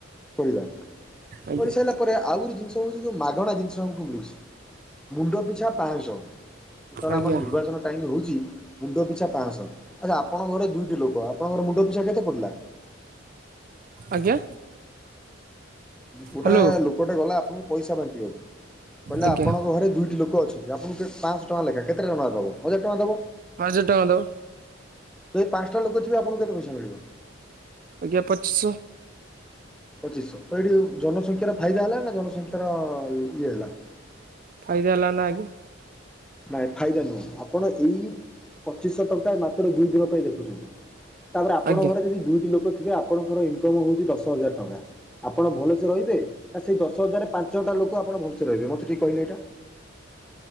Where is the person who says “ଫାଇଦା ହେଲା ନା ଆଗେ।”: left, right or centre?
Right